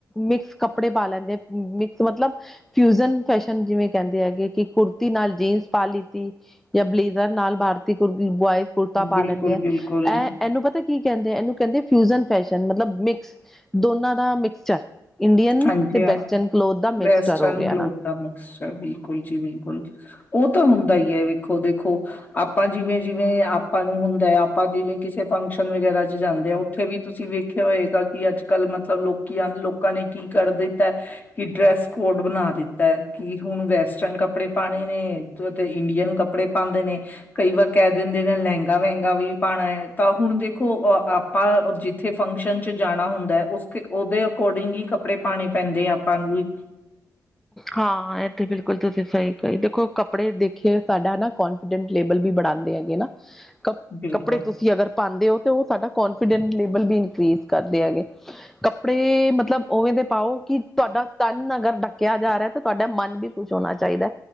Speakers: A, in the centre; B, on the left (about 25°).
A: ਮਿਕਸ ਕੱਪੜੇ ਪਾ ਲੈਂਦੇ ਆ ਮਿਕਸ ਮਤਲਬ ਫਿਊਜਨ ਫੈਸ਼ਨ ਜਿਵੇਂ ਕਹਿੰਦੇ ਹੈਗੇ ਕਿ ਕੁੁਰਤੀ ਨਾਲ ਜੀਨਸ ਪਾ ਲਿਤੀ ਜਾਂ ਬਲੇਜ਼ਰ ਨਾਲ ਭਾਰਤੀ ਕੁਰ ਬੁਆਇ ਕੁੜਤਾ ਪਾਲਦੇ
B: ਬਿਲਕੁਲ ਬਿਲਕੁਲ
A: ਹੈ। ਇਹਨੂੰ ਪਤਾ ਕੀ ਕਹਿੰਦੇ ਆ ਇਹਨੂੰ ਕਹਿੰਦੇ ਆ ਫਿਊਜਨ ਫੈਸ਼ਨ ਮਤਲਵ ਮਿਕਸ ਦੋਨਾਂ ਦਾ ਮਿਕਸਚਰ। ਇੰਡੀਅਨ
B: ਹਾਂਜੀ
A: ਅਤੇ ਵੈਸਟਰਨ ਕਲੋਥ ਦਾ ਮਿਕਸਟਰ
B: ਵੈਸਟਰਨ
A: ਹੋ ਗਿਆ
B: ਕਲੋਥ
A: ਨਾ।
B: ਦਾ ਮਿਕਸਚਰ ਬਿਲਕੁਲ ਜੀ ਬਿਲਕੁਲ ਉਹ ਤਾਂ ਹੁੰਦਾ ਹੀ ਹੈ ਵੇਖੋ ਦੇਖੋ। ਆਪਾਂ ਜਿਵੇਂ-ਜਿਵੇਂ ਆਪਾਂ ਨੂੰ ਹੁੰਦਾ ਹੈ ਆਪਾਂ ਜਿਵੇਂ ਕਿਸੇ ਫੰਕਸ਼ਨ ਵਗੈਰਾ ਚ ਜਾਂਦੇ ਆ ਉੱਥੇ ਵੀ ਤੁਸੀਂ ਵੇਖਿਆ ਹੋਏਗਾ ਕਿ ਅੱਜ ਕੱਲ੍ਹ ਮਤਲਬ ਲੋਕੀ ਆ ਲੋ ਕਾਂ ਨੇ ਕੀ ਕਰ ਦਿੱਤਾ। ਕਿ ਡਰੈਸ ਕੋਡ ਬਣਾ ਦਿੱਤਾ ਹੈ ਕਿ ਹੁਣ ਵੈਸਟਰਨ ਕੱਪੜੇ ਪਾਣੇ ਨੇ। ਤੁਹਾਡੇ ਇੰਡੀਅਨ ਕੱਪੜੇ ਪਾਉਂਦੇ ਨੇ ਕਈ ਵਾਰ ਕਹਿ ਦਿੰਦੇ ਨੇ ਲਹਿੰਗਾ ਵਹਿੰਗਾ ਵੀ ਪਾਉਣਾ ਹੈ ਤਾਂ ਹੁਣ ਦੇਖੋ ਅ ਆਪਾਂ ਜਿੱਥੇ ਫੰਕਸ਼ਨ 'ਚ ਜਾਣਾ ਹੁੰਦਾ ਉਸ ਉਹਦੇ ਅਕੋਰਡਿੰਗ ਹੀ ਕੱਪੜੇ ਪਾਉਣੇ ਪੈਂਦੇ ਆ ਆਪਾਂ ਨੂੰ ਵੀ
A: ਹਾਂ ਇਹ ਤੇ ਬਿਲਕੁਲ ਤੁਸੀਂ ਸਹੀ ਕਹੀ ਦੇਖੋ ਕੱਪੜੇ ਦੇਖਿਏ ਸਾਡਾ ਨਾ ਕੌਨ ਟ ਲੇਬਲ ਵੀ ਬਣਾਉਂਦੇ ਹੈਗੇ ਨਾ। ਕੱਪ,
B: ਬਿਲਕੁਲ,
A: ਕਪੜੇ ਤੁਸੀਂ ਅਗਰ ਪਾਉਂਦੇ ਹੋ ਤਾਂ ਉਹ ਸਾਡਾ ਕੋਂਨਫੀਡੈਂਸ ਲੇਵਲ ਵੀ ਇਨਕਰੀਜ਼ ਕਰਦੇ ਹੈਗੇ। ਕੱਪੜੇ ਮਤਲਬ ਉਵੇਂ ਦੇ ਪਾਓ, ਕਿ ਤੁਹਾਡਾ ਤਨ ਅਗਰ ਡ ਕਿਹਾ ਜਾ ਰਿਹਾ ਤਾਂ ਤੁਹਾਡਾ ਮਨ ਵੀ ਖੁਸ਼ ਹੋਣਾ ਚਾਹੀਦਾ,